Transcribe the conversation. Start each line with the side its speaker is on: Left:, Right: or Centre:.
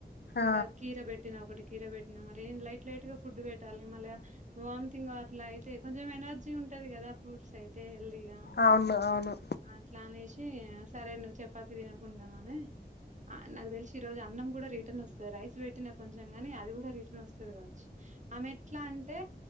Left: ఆ,
Right: ఇంకా కీర బెట్ ఒకటి కీరె పెట్టి మరి ఏ లైట్ లైట్ ఫుడ్ పెట్టాలి మళ వామ్టింగ్ అట్లా అయితే కొంచెం ఎనర్జీ ఉంటది కదా ఫ్రూట్స్ అయితే హెల్దీగా
Left: అవును అవును
Right: అట్లా అనేసి సరే నువ్వు చపాతి తినకుండామని ఆ నాకు తెలిసి ఈ రోజు అన్నం కూడా రిటర్న్ వస్తుంది రైస్ పెట్టినాకు కొంచెం కాని అది కూడా రిటర్న్ వస్తుంది కావచ్చు ఆమె ఎట్లా అంటే